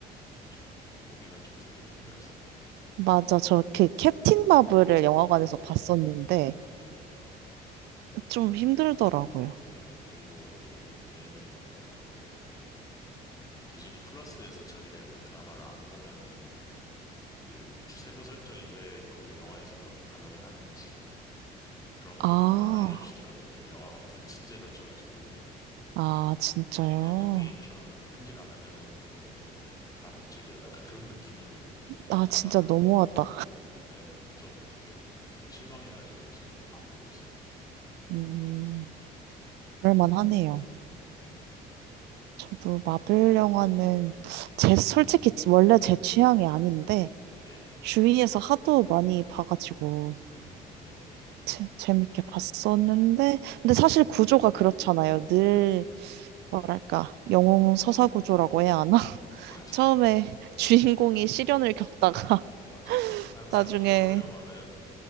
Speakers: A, on the left; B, on the right.
A: 좀 보기가 좀 되게 힘들었어요.
B: 맞아. 저 그 캡틴 마블을 영화관에서 봤었는데
A: 네, 네,
B: 좀 힘들더라고요.
A: 네, 네. 그리고 또 얘네들이 또 그런 게 이제 막 디즈니 플러스에서 자기네들 드라마를 안 보면은 그 세부 설정이 왜 거기 영화에서 그렇게 반응을 하는지 그런
B: 아,
A: 거를 안 알려주더라고요. 되게 영화가 불친절해져가지고
B: 아, 진짜요?
A: 약간 게임처럼 현질 안 하면은 너네 뭐 다 못 즐겨. 약간 그런 느낌을
B: 아, 진짜
A: 받아가지고
B: 너무하다.
A: 네, 좀 되게 좀 되게 실망해가지고 요새는 안 보고 있어요.
B: 음, 그럴만하네요.
A: 네,
B: 저도 마블 영화는 제, 솔직히 원래 제 취향이 아닌데
A: 네네.
B: 주위에서 하도 많이 봐가지고
A: 음, 네네네네.
B: 재- 재밌게 봤었는데 근데 사실 구조가 그렇잖아요. 늘 뭐랄까 영웅 서사 구조라고 해야 하나?
A: <laughs> 맞아요.
B: 처음에 <laughs> 주인공이 시련을 겪다가 <laughs>
A: 맞아요. 항상
B: 나중에
A: 히어로 영화는